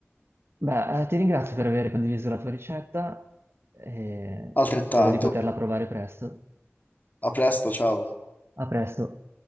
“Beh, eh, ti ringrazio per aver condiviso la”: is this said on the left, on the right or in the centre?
Right